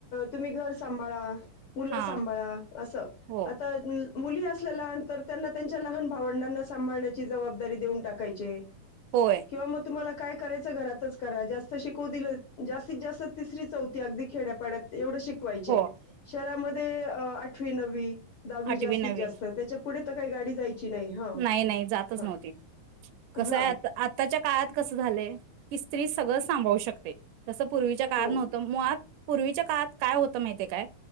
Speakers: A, on the left; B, on the right.
A: तुम्ही घर सांभाळा. मूल
B: हा
A: सांभाळा. असं
B: हो
A: आता. मुली असल्या लहान त्यांना त्यांच्या लहान भावंडांना सांभाळण्याची जबाबदारी देऊन टाकायची.
B: होय
A: किंवा मग तुम्हाला काय करायच घरातच करा जास्त शिक दि जास्तीत जास्त तिसरी चौथ अगदी खेड्यापाड्यात एवढ श शिकय
B: हो
A: शहरामध्ये ते अ अठ्वी नववी. दहावी
B: आठवी
A: जास्तीत
B: नववी
A: जास्त त्याच्या पुुढे. का गाडी जायची नाही. हा.
B: नाही नाही जातच
A: हा.
B: नव्हती, कसंय
A: हा.
B: आ आत्ताच्या काळात कसं झालंय, की स्त्री सगळं सांभाळू शकते. जसं पूर्वीच्या काळात
A: हो.
B: नव्हतं म आज पूर्वीच्या काळात काय होतं माहीतय काय